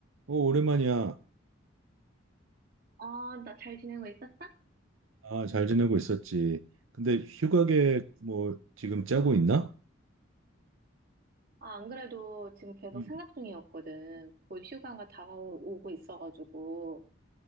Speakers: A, on the right; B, on the right.
A: 어, 오랜만이야.
B: 아, 나 잘 지내고 있었어?
A: 아, 잘 지내고 있었지. 근데 휴가 계획 뭐 지금 짜고 있나?
B: 응. 아, 안 그래도 지금 계속
A: 음.
B: 생각 중이었거든. 곧 휴가가 다가오고 있어가지고,